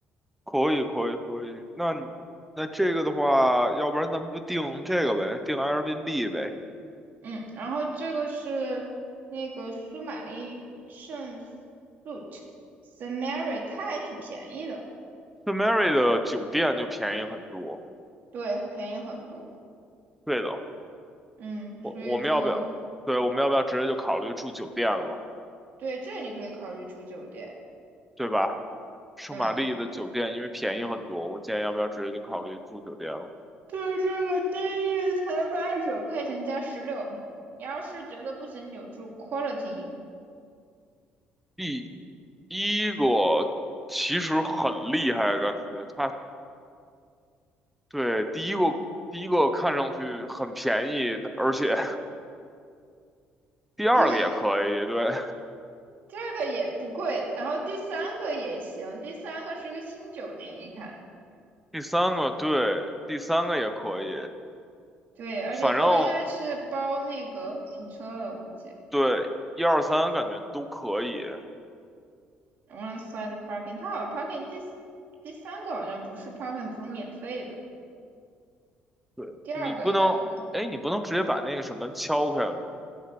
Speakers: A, in the centre; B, on the right.
A: 可以，可以，可以。那你那这个的话，要不然咱们就定这个呗，定 Airbnb 呗。
B: 嗯，然后这个是那个苏玛丽圣 suit Samari，它还挺便宜的，
A: 圣 Mary 的酒店就便宜很多。
B: 对，便宜很多。
A: 对的，
B: 嗯，所以就
A: 我我们要不要？对，我们要不要直接就考虑住酒店了，
B: 对这个你可以考虑住酒店。
A: 对吧？圣玛丽的酒店因为便宜很多，
B: 嗯，
A: 我建议要不要直接就考虑住酒店了。
B: 对，这个单夜才八十九块钱加十六，你要是觉得不行，你就住 Quality i n
A: 第一个其实很厉害，感觉它对第一个第一个看上去很便宜，而且 <laughs> 第二个也可以，
B: 对，
A: 对。
B: 第二个也不贵，然后第三个也行，第三个是个新酒店，一看。
A: 第三个对，第三个也可以，
B: 对，而且都应该是包那个停车的，
A: 反正
B: 估计
A: 对一二三感觉都可以。
B: o n e s i d e parking，它好像 parking 第四第三个好像不是 parking，不是免费的，
A: 对你不能，
B: 第二个应该 park
A: 哎，你不能直接把那个什么敲开吗？